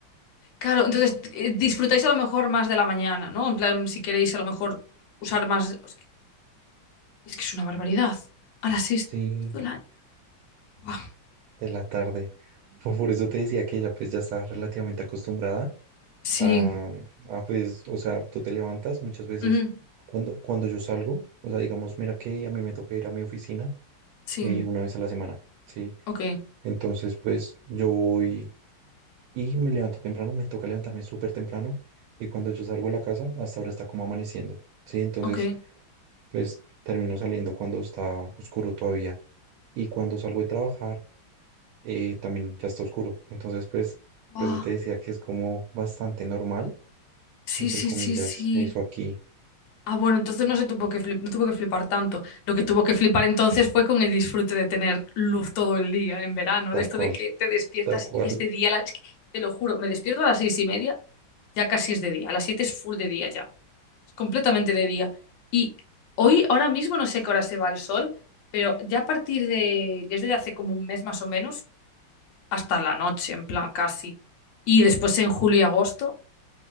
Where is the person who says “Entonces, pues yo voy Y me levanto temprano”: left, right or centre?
Right